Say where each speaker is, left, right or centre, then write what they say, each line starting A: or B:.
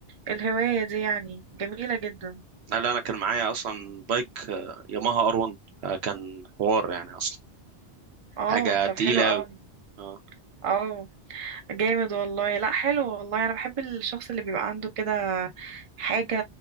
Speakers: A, on the right; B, on the right.
A: الهواية دي يعني جميلة جدا
B: لا انا كان معايا اصلا بايك آه، ياماها ار 1 كان حوار يعني اصلا
A: اه
B: حاجة
A: طب
B: تقيلة
A: حلو
B: قوي
A: قوي
B: اه
A: اه جامد والله لا حلو والله انا بحب الشخص اللي بيبقى عنده كده حاجة